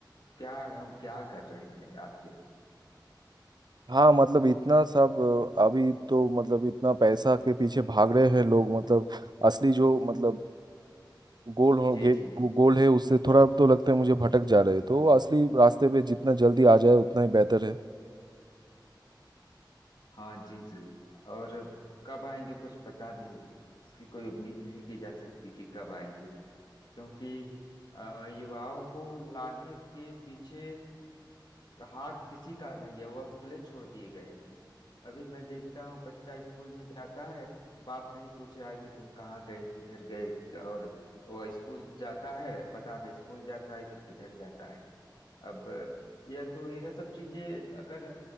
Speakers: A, on the left; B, on the right.
A: क्या हम क्या कर रहे हैं आखिर
B: हाँ मतलब इतना सब अ, अभी तो मतलब इतना पैसा के पीछे भाग रहे हैं लोग मतलब असली जो मतलब गोल हो
A: जी
B: गे,
A: जी
B: गोल है उससे थोड़ा तो लगता है मुझे भटक जा रहे हैं तो असली रास्ते पे जितना जल्दी आ जाए उतना ही बेहतर है
A: हाँ जी जी और कब आएंगे कुछ पता नहीं इसकी कोई उम्मीद नहीं की जा सकती कि कब आएंगे क्योंकि अ, युवाओं को लाने के पीछे हाथ किसी का नहीं है वह खुले छोड़ दिए गए हैं अभी मैं देखता हूँ बच्चा स्कूल में जाता है बाप नहीं पूछ रहा कि तुम कहाँ गए किधर गए और वह स्कूल जाता है पता नहीं स्कूल जाता है कि किधर जाता है अब यह तो यह सब चीजें अगर